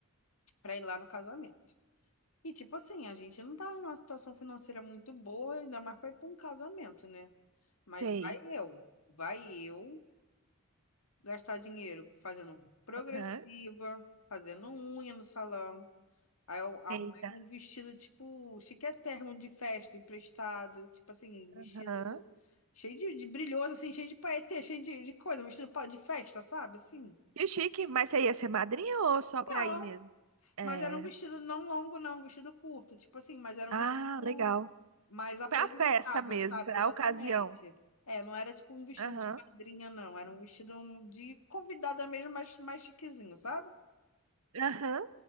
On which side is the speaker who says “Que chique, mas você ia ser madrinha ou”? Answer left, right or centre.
Right